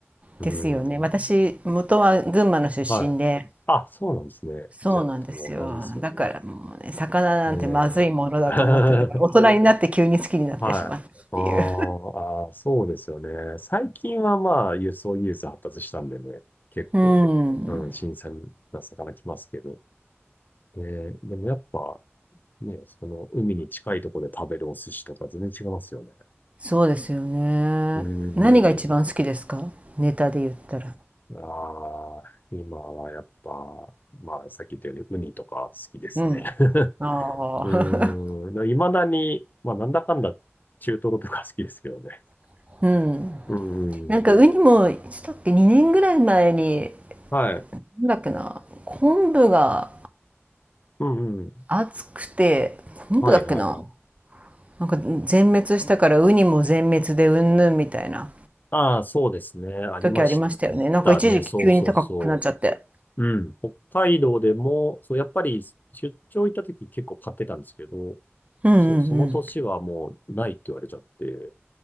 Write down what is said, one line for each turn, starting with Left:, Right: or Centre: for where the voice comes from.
Left: うーん。
Right: ですよね。私、元は群馬の出身で、
Left: はい。あ、そうなんですね。じゃあ、
Right: そうなんですよ。
Left: 多分同じですよね。
Right: だからもうね、魚なんてまずいものだと思ってたから、
Left: ええ <laughs> はい。
Right: 大人になって急に好きになってしまったっていう。
Left: あーあー、そうですよね。最近はまあ、輸送技術発達したんでね、結構、
Right: <laughs> うん。
Left: うん、新鮮な魚来ますけど。で、でもやっぱ、ね、その、海に近いところで食べるお寿司とか全然違いますよね。
Right: そうですよね。
Left: うーん。
Right: 何が一番好きですかネタで言ったら。
Left: ああ、今はやっぱ、まあ、さっき言ったように、ウニとか好きですね。
Right: うん。
Left: <laughs>
Right: ああ。
Left: うーん。いまだに、まあ、なんだかんだ、中トロとか好きですけどね。
Right: <laughs> うん。
Left: うー
Right: なんかウニも、
Left: ん。
Right: いつだっけ、2年ぐらい前に、
Left: はい。
Right: なんだっけな、昆布が
Left: うんうん。
Right: 熱くて、昆布だっけな、
Left: はいはいはい。
Right: なんか全滅したからウニも全滅でうんぬんみたいな
Left: ああ、そうですね。ありまし
Right: 時ありましたよね。なんか一時期急に高くなっちゃって。
Left: たね。そうそうそう。うん。北海道でも、そう、やっぱり出張行った時結構買ってたんですけど、
Right: うんう
Left: そう、その年はもうないって言われちゃって、
Right: ん